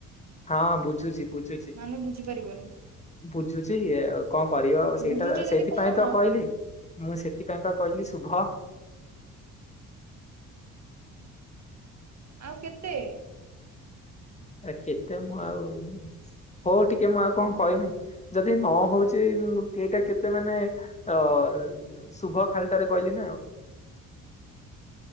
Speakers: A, on the left; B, on the right.
A: ହଁ ବୁଝୁଛି ବୁଝୁଛି
B: ମାନେ ବୁଝିପାରିବନି।
A: ବୁଝୁଛି କଣ କରିବ
B: ଆଉ
A: ସେଇଟା
B: ବୁଝୁଛ ଯଦି
A: ସେଇଥିପାଇଁ
B: କଣ
A: ତ କହିଲି ମୁଁ ସେଥିପାଇଁ ବା କହିଲି ଶଭ
B: ଆଉ କେତେ
A: ଆ କେତେ ମୁଁ ଆଉ ହଉ ଟିକେ ମୁଁ ଆଉ କଣ କହମି ଯଦି ନ ହଉଛି ମୁଁ ଏଇଟା କେତେ ମାନେ ଅ ଶୁଭ ଖାଲଟାରେ କହିଲି ନା ଆଉ